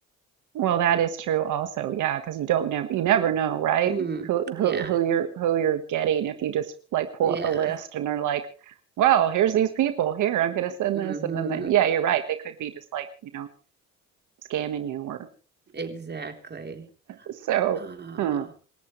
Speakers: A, on the right (about 80°); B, on the right (about 35°).
A: Well, that is true also. Yeah, because you don't never you never
B: mm,
A: know, right?
B: mm,
A: Who who
B: yeah,
A: who you're who you're getting if you just like pull
B: yeah,
A: up a list and are like, well, here's these people. Here, I'm gonna send
B: hmm
A: this, and then they, yeah, you're right. They could be just like, you know, scamming you or
B: exactly.
A: so.
B: Oh.
A: Huh.